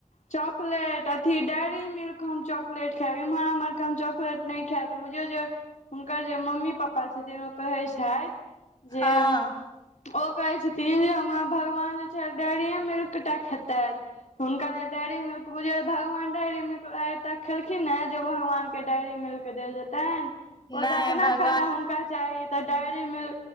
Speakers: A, on the left; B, on the left.
A: चॉकलेट अथी डेयरी मिल्क हम चॉकलेट खैब, इम्हर-आम्हर के हम चॉकलेट नै खैब। तऽ बुझियौ जे हुनकर जे मम्मी पप्पा छथीन ओ कहय छैथ जे
B: हँ
A: ओ कहय छथिन जे हमर भगवान जे छै डेरिए मिल्क टा खेतैथ। हुनका लै डायरी मिल्क बुझियौ भगवान डायरी मिल्क आय तक खेलखिन्ह ऐ जे भगवान के डायरी मिल्क देल जेतैन। ओ
B: नै
A: तऽ अपना
B: भग
A: खाय लै हुनका चाही तऽ डायरी मिल्